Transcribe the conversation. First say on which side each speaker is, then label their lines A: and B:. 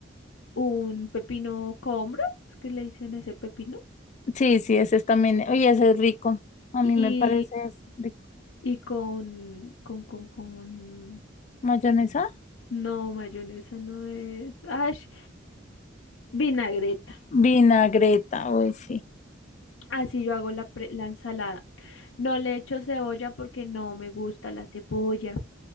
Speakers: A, on the left; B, on the left.
A: un pepino combro, es que le dicen ese pepino,
B: Sí, sí, esa es también. Oye, ese es rico. A
A: y,
B: mí me parece es rico.
A: y con, con, con, con
B: ¿Mayonesa?
A: No, mayonesa no es. Ay, s- vinagreta.
B: Vinagreta, uy, sí.
A: Así yo hago la, pre- la ensalada. No le echo cebolla porque no me gusta la cebolla.